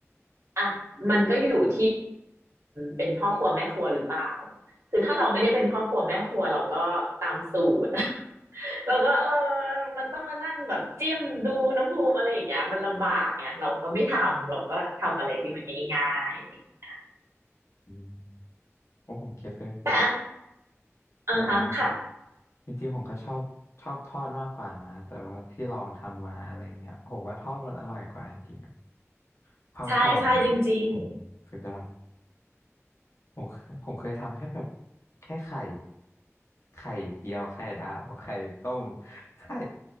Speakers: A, on the right; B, on the left.
A: อ่ะมันก็อยู่ที่เป็นพ่อครัวแม่ครัวหรือเปล่าคือถ้าเราไม่ได้เป็นพ่อครัวแม่ครัวเราก็ตามสูตร เราก็เออมันต้องมานั่งแบบจิ้มดูอุณหภูมิอะไรอย่างเงี้ยมันลำบากไงเราก็ไม่ทำเราก็ทำอะไรที่มันง่ายๆอะไรอย่างเงี้ย
B: อืมโอ้ผมคิดเลยผม
A: แต่อ่าฮะค่ะ
B: แบบว่าจริงๆผมก็ชอบชอบทอดมากกว่านะ แต่ว่าที่ลองทำมาอะไรเงี้ยผมว่าทอดมันอร่อยกว่าจริงๆอะความกรอบเนี่ยอ๋อ
A: ใช่ใช่จริง
B: สุดยอด ผมผมเคยทำแค่แบบแค่ไข่ไข่เจียวไข่ดาวไข่ต้มไข่